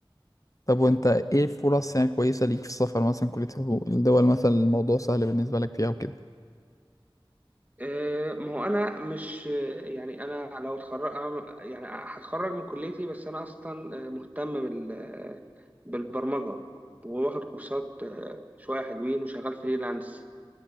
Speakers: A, on the left (about 40°); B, on the right (about 20°).
A: طب وانت ايه فرص يعني كويسة ليك في السفر مثلا كلية حقوق الدول مثلا الموضوع سهل بالنسبة لك فيها وكده
B: آه، ما هو انا مش آه، يعني انا لو اتخرج أنا يعني هتخرج من كليتي بس انا اصلا آه، مهتم بال آه، بالبرمجه وواخد كورسات آه، شويه حلوين وشغال فريلانس